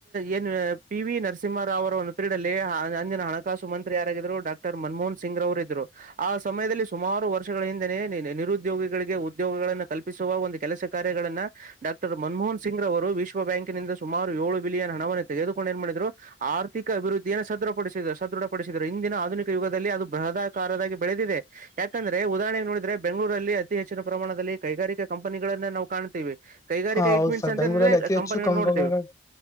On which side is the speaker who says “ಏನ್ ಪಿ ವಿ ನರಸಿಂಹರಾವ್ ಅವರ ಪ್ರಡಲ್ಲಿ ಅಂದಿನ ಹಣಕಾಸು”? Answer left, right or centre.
Right